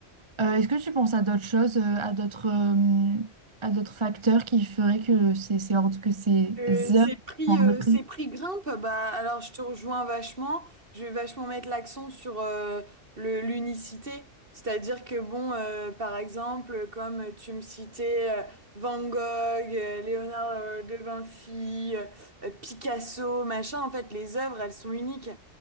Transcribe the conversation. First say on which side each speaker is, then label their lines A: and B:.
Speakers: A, on the right (about 25°); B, on the right (about 45°).
A: Euh, est-ce que tu penses à d'autres choses, euh, à d'autres euh, à d'autres facteurs qui feraient que c'est c'est hors de, que ces
B: Euh, ces
A: heures
B: prix,
A: sont hors
B: euh,
A: de prix?
B: ces prix grimpent, bah alors je te rejoins vachement. Je vais vachement mettre l'accent sur euh, le l'unicité, c'est-à-dire que bon, euh, par exemple, comme tu me citais euh, Van Gogh, euh, Léonard euh, de Vinci, euh, Picasso, machin, en fait, les œuvres, elles sont uniques.